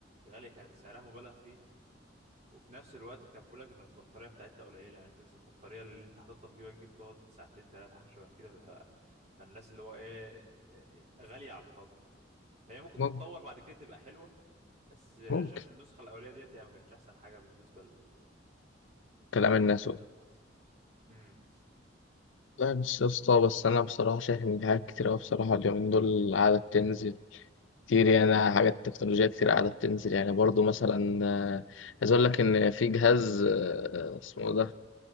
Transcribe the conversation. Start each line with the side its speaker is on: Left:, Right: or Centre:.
Right: غاليه كان سعرها مبالغ فيه وفي نفس الوقت كان بيقول لك ان البطاريه بتاعتها قليله يعني انت بس البطاريه اللي انت حاططها في جيبك دي بتقعد ساعتين ثلاثه حاجه شبه كده ف- فالناس اللي هو ايه إيه، غاليه على الفاضي هي ممكن
Left: ممكن
Right: تتطور بعد كده تبقى حلوه بس انا
Left: ممكن
Right: شايف النسخه الاوليه ديت يعني ما كانتش احسن حاجه بالنسبه ل...
Left: كلام الناس
Right: بالنسبه
Left: قول.
Right: للحظ امم
Left: لا مش يا اسطى بس انا بصراحه شايف ان في حاجات كتير قوي بصراحه اليومين دول قاعده بتنزل كتير يعني حاجات تكنولوجيا كتير قاعده بتنزل يعني برضو مثلا آه، عايز اقول لك ان في جهاز آه، اسمه إيه ده